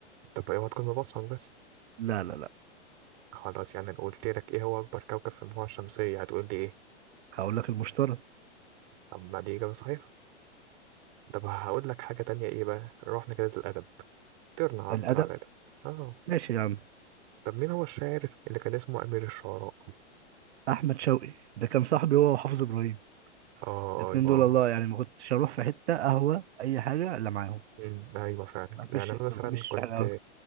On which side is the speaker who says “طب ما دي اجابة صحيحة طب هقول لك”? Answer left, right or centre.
Right